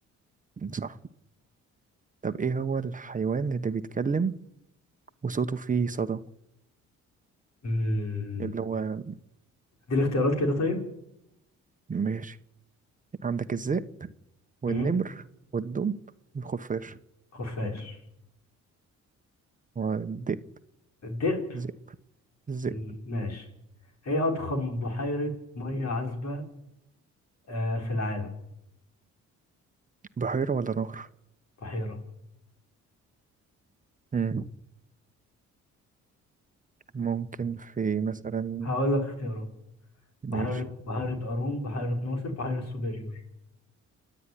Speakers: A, on the right; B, on the left.
A: صح طب إيه هو الحيوان اللي بيتكلم وصوته فيه صدى
B: امم
A: اللي هو
B: دي الاختيارات كده طيب
A: ماشي عندك الذئب والنمر
B: امم
A: والدب والخفاش
B: خفاش
A: والدئ
B: الدئب
A: ذئب ذئب
B: مم، ماشي ايه اضخم بحيرة مية عذبة آه، في العالم
A: بحيرة ولا نهر
B: بحيرة
A: مم. ممكن في مثلا
B: هقول لك اختيارات
A: ماشي
B: بحيرة بحيرة قارون بحيرة ناصر بحيرة سوبيريور